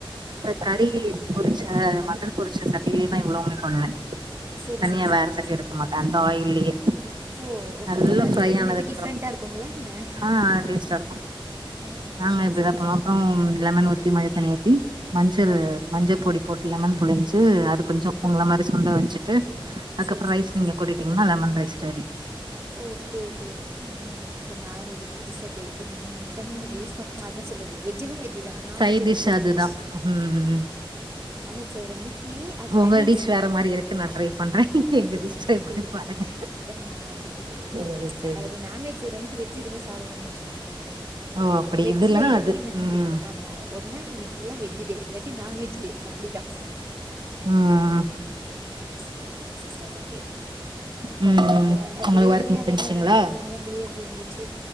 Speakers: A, on the right (about 55°); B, on the right (about 30°).
A: கறி பொரிச்ச மட்டன் பொரிச்ச சட்டிலே தான் இவ்வளவுமே பண்ணேன்
B: சரி
A: தனியா
B: சரி சரிங்க
A: வேற சட்டி
B: சிஸ்டர்
A: எடுக்க மாட்டேன் அந்த ஆயில்யே
B: ஓ ஓகே
A: நல்லா
B: ஓகே அது
A: ஃப்ரை
B: எது
A: ஆனதுக்கு
B: மேபி டிஃப்ரெண்ட்டாக
A: அப்றம்
B: இருக்குங்களா என்ன
A: ஆஹ் டேஸ்ட்டா இருக்கும்
B: ஆஹா
A: நாங்க
B: சரி
A: இப்படிதான்
B: சரி சரிங்க
A: பாப்புறம் லெமன் ஊத்தி மயி தண்ணி ஊத்தி மஞ்சள்
B: ஓகேங்க
A: மஞ்சள் பொடி போட் லெமன் புழிஞ்சு அது கொஞ்சம் உங்கள மாதிரி சுண்ட வச்சுட்டு அதுக்கப்புறம்
B: சரி சரிங்க
A: ரைஸ் நீங்க
B: சிஸ்டர்
A: கொட்டிடீங்கன்னா லெமன் ரைஸ் ரெடிஸ்
B: ஓகே ஓகே ம்ம் தெரல நான இது புதுசா கேள்விபரன் நாங்க மட்டன்னே நாங்க யூஸ் பண் அதுதான் சொல்றது வெஜ்ஜுன்னா வெஜ் தான் நான்வெஜ்
A: சைட்
B: அன்னைக்கு
A: டிஷ்
B: நான்வெஜ்
A: அதுதா ம்
B: நான்வெஜ் செய்ற அன்னைக்கு அது
A: உங்க
B: தனி
A: டிஷ்
B: ஸ்
A: வேற மாரி இருக்கு நான் ட்ரை பண்றேன் எங்க டிஷ்
B: ஓகே,
A: ட்ரை
B: ஓகே.
A: பண்ணி பாருங்க
B: ஆ சரி, சரி சிஸ்
A: சேரி சேரி
B: அது நான்வெஜ் அன்னைக்கு வெஜ் எதுவுமே சாப்பிட மாட்டேம்னு வச்சுோங்களன்
A: ஓ அப்டி
B: வெஜ்
A: இது இல்லன்னா
B: செய்றனைக்கு
A: அது
B: நான் வெஜ்
A: ம்
B: இருக்கு ஆமா ஒன்னாய் இன்னைக்கு ஃபுல்லா வெ ஜ் டே இல்லாட்டி நான் வெட்ஜ் டே அப்டிதா
A: ம்
B: உம் உம் செரி ஓகேங்க சிஸ்டர் ஓகே
A: ம்
B: பாப்போம் இந்த
A: உங்களுக்கு
B: புளியோதரையே
A: ஒர்க் முடிஞ்சுங்களா
B: அதே மாரிான் தனியா புளியை குடு வச்சு